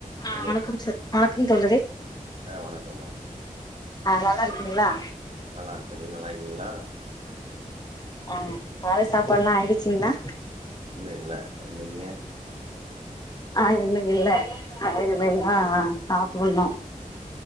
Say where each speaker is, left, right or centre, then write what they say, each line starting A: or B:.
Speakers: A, on the left; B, on the right.
A: அ
B: ஹலோ
A: வணக்கம் சர் வணக்கம் தோழரே
B: ஆ வணக்கம்மா
A: ஆ நல்லா இருக்கீங்களா
B: நல்லா இருக்கே நீங்க நல்லா இருக்கீங்களா
A: ஆ கால் சாப்பாடுலாம் ஆயிடுச்சிங்களா
B: இன்னும் இல்ல நீங்க
A: ஆ இன்னு இல்ல <unintelligible> ஆ ஆ சாப்டனும்